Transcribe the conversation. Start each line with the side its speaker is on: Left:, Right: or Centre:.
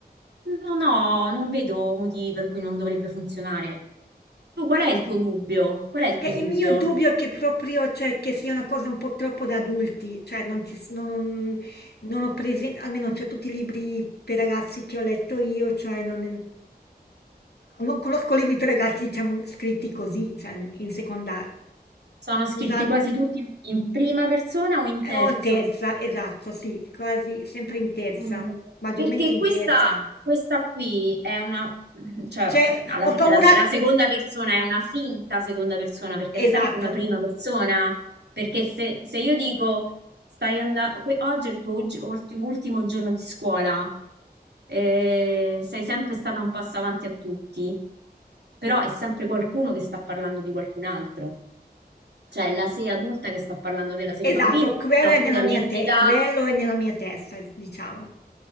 Right: Non ho, non vedo motivi per cui non dovrebbe funzionare. Tu qual è il tuo dubbio? Qual è il
Left: Che
Right: tuo dubbio?
Left: il mio dubbio è che proprio cioè, che sia una cosa un po' troppo da adulti, cioè non, ci s- non- non ho presente, almeno cioè, tutti i libri per ragazzi che ho letto io, cioè non, non conosco libri per ragazzi diciamo scritti così, cioè in seconda,
Right: Sono scritti
Left: usando
Right: quasi tutti in prima persona o in terza?
Left: Eh, O in terza, esatto, sì, quasi sempre in terza,
Right: Mm.
Left: maggiormente
Right: Perché
Left: in
Right: questa,
Left: terza.
Right: questa qui è una, cioè,
Left: Cioè,
Right: alla
Left: ho
Right: fine
Left: paura...
Right: la, se- la seconda persona è una finta seconda persona perché è sempre
Left: Esatto,
Right: una prima persona. Perché se, se io dico stai andando, oggi è il tuo ug- ultimo, ultimo giorno di scuola, eh, sei sempre stata un passo avanti a tutti, però è sempre qualcuno che sta parlando di qualcun altro, cioè la sei adulta che sta parlando della sei
Left: esatto,
Right: bambina,
Left: quello
Right: oppure
Left: è nella
Right: è l'entità.
Left: mia, te- quello è nella mia testa, diciamo.